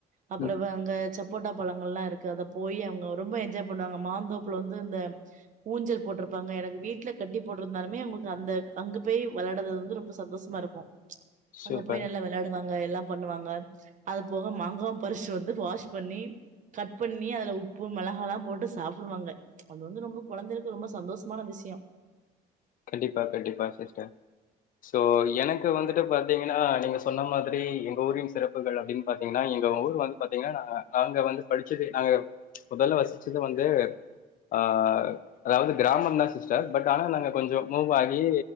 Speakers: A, on the right; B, on the left.
A: அப்புறவ
B: ம்
A: அங்க சேப் சாப்போட்டா பழங்கள்லா இருக்கு அத போய் அவங்க ரொம்ப என்ஜாய் பண்ணுவாங்க மாந்தோப்ல வந்து இந்த ஊஞ்சல் போட்டிருப்பாங்க எனக்கு வீட்டுல கட்டி போட்டிருந்தாலுமே அவங்களுக்கு அந்த அங்க போய் விளையாடுறது வந்து ரொம்ப சந்தோஷமா இருக்கு அங்க
B: சூப்பர்
A: போய் நல்லா
B: ம்
A: விளாடுவாங்க எல்லாம் பண்ணுவாங்க அது போக மங்குவு பறிச்சுட்டு வந்து வாஷ் பண்ணி கட் பண்ணி அதுல உப்பு மிளகால்லா போட்டு சாப்பிடுவாங்க அது வந்து ரொம்ப குழந்தைகளுக்கு ரொம்ப சந்தோஷமான விஷய
B: கண்டிப்பா கண்டிப்பா சிஸ்டர் சோ எனக்கு வந்துட்டு பாத்தீங்கன்னா நீங்க சொன்ன மாதிரி எங்க ஊரின் சிறப்புகள் அப்படின்னு பாத்தீங்கன்னா எங்க ஊர் வந்து பாத்தீங்கன்னா நாங்க வந்து படிச்சது நாங்க முதல்ல வசிச்சது வந்து ஆஹ் அதாவது கிராமம்தா சிஸ்டர் பட் ஆனா நாங்க கொஞ்சோ மூவ் ஆகி